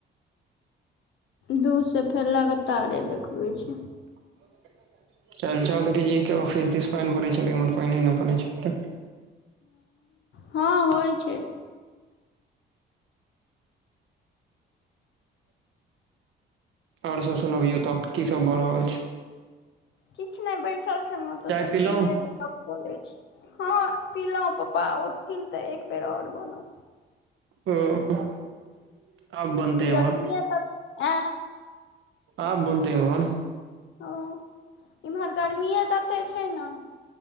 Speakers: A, on the left (about 70°); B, on the right (about 80°).
A: दू से फेर लगातारे देखबै छै
B: <inaudible> चाल चौधरी जी के ऑफिस दिस पानि पड़ै छलै इम्हर पानि नहि पड़ै छल
A: हँ होइ छै
B: आर सब सुनबियौ तऽ की सब भऽ रहल छै
A: किछु नहि बैसल छेलौं तऽ
B: चाय
A: सोचलियै
B: पिलौं
A: जे हँ पिलहुँ पप्पा उठथिन तऽ एक बेर आओर बनत।
B: ओ <inaudible> आब बनतै
A: गर्मीये
B: इम्हर
A: तऽ य
B: आब बनतेै मोहन।
A: हूॅं, इम्हर गर्मीेये तत्ते छै ने!